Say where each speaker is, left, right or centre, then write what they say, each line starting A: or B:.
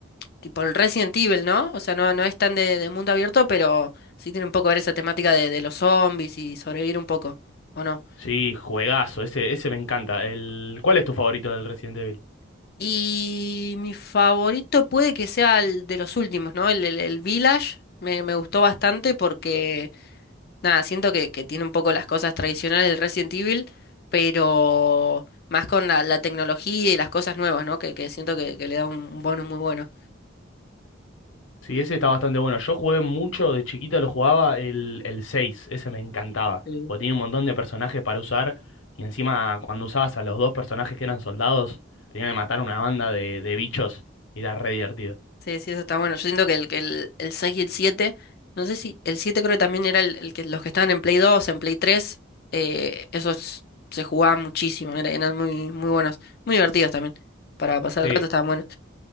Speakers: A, on the left; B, on the left.
A: tipo el Resident Evil, ¿no? O sea, no, no es tan de, de mundo abierto, pero sí tiene un poco que ver esa temática de, de los zombies y sobrevivir un poco, ¿o no?
B: Sí, juegazo, ese, ese me encanta. El, ¿cuál es tu favorito del Resident Evil?
A: Y mi favorito puede que sea el de los últimos, ¿no? El, el, el Village me, me gustó bastante porque Nada, siento que, que tiene un poco las cosas tradicionales del Resident Evil, pero más con la, la tecnología y las cosas nuevas, ¿no? Que, que siento que, que le da un, un bonus muy bueno.
B: Sí, ese está bastante bueno. Yo jugué mucho, de chiquito lo jugaba el, el 6. ese me encantaba,
A: Sí.
B: porque tenía un montón de personajes para usar y encima cuando usabas a los dos personajes que eran soldados, tenían que matar una banda de, de bichos y era re divertido.
A: Sí, sí, eso está bueno. Yo siento que el, que el, el 6 y el 7, no sé si el 7 creo que también era el, el que los que estaban en Play 2 en Play tres eh, esos se jugaban muchísimo, era- eran muy, muy buenos, muy divertidos también. Para pasar
B: Sí,
A: el rato estaban buenos.